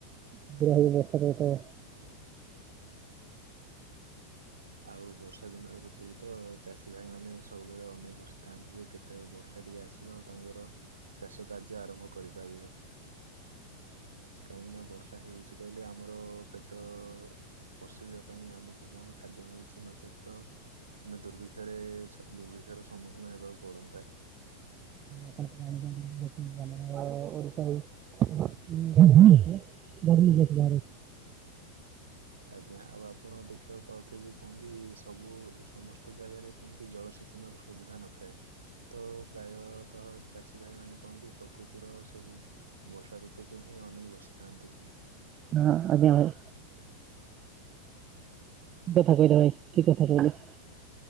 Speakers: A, on the right; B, on the right.
A: ଆଗ୍ରହୀ ବର୍ଷର ତ
B: ଆଉ ବର୍ଷା ଦିନ ଋତୁକୁ ତ ଚାଷୀ ଭାଇମାନେ ସବୁବେଳେ ଅନେକ ବସିଥାନ୍ତି ଯେ କେତେବେଳେ ବର୍ଷା ଟିକିଏ ଆସିବ। ଏବଂ ଆଉ ତାଙ୍କର ଚାଷ କାର୍ଯ୍ୟ ଆରମ୍ଭ କରିପାରିବେ। କାହିଁକିନା ବର୍ଷା ହେଉଛି କହିଲେ ଆମର ପେଟ ପଶିବା ପାଇଁ ଆମକୁ କଣ ଖାଦ୍ୟ ମିଳୁଛି ନଚେତ ଆମେ ଦୁର୍ବିକ୍ଷରେ ଦୁର୍ବିକ୍ଷର ସମ୍ମୁଖୀନ ହେବାକୁ ପଡ଼ନ୍ତା।
A: ଆପଣ ତ ଜାଣିଛନ୍ତି <unintelligible> ଆଛା ହଉ। <unintelligible> <unintelligible>
B: ଆଜ୍ଞା ଆଉ ଆପଣ ଦେଖିବାକୁ ପାଉଥିବେ ଯେ କଣ କି ସବୁ ସମସ୍ତ ଜାଗାରେ କି ଜଳସେଚନର ସୁବିଧା ନଥାଏ। ତ ପ୍ରାୟତଃ ଚାଷୀ ଭାଇମାନେ କଣ କି ପ୍ରକୃତିର ସେହି ବର୍ଷା ଋତୁକୁ ହିଁ ଅନେଇ ବସିଥାନ୍ତି।
A: ହଁ ଆଜ୍ଞା ଭାଇ। କଥା କହିଲା ଭାଇ ଠିକ କଥା କହିଲ